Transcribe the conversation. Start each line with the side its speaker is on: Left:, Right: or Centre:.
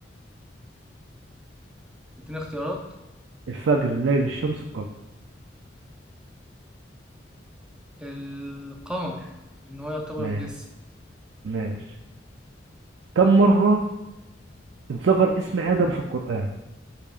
Centre: اديني اختيارات
Right: الفجر الليل الشمس القمر
Centre: القمر لأن هو يعتبر
Right: ما
Centre: جسم
Right: ماشي كم مرة اتذكر اسم آدم في القرآن